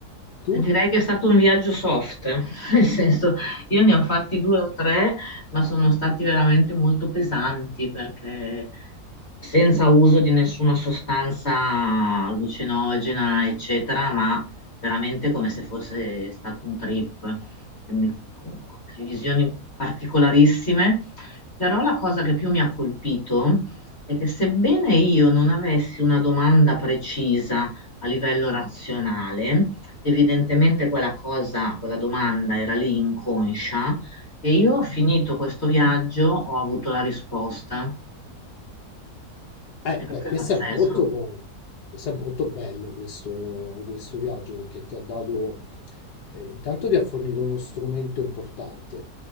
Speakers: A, on the left; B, on the left.
A: tu?
B: direi che è stato un viaggio soft, <laughs> nel senso io ne ho fatti due o tre, ma sono stati veramente molto pesanti perché senza uso di nessuna sostanza allucinogena, eccetera, ma veramente come se fosse stato un trip, quindi con, con delle visioni particolarissime. Però la cosa che più mi ha colpito è che sebbene io non avessi una domanda precisa a livello razionale, evidentemente quella cosa, quella domanda era lì inconscia e io ho finito questo viaggio, ho avuto la risposta.
A: Eh,
B: E questo
A: beh, questo
B: è pazzesco.
A: è molto, bo- questo è molto bello questo, questo viaggio perché ti ha dato eh, intanto ti ha fornito uno strumento importante,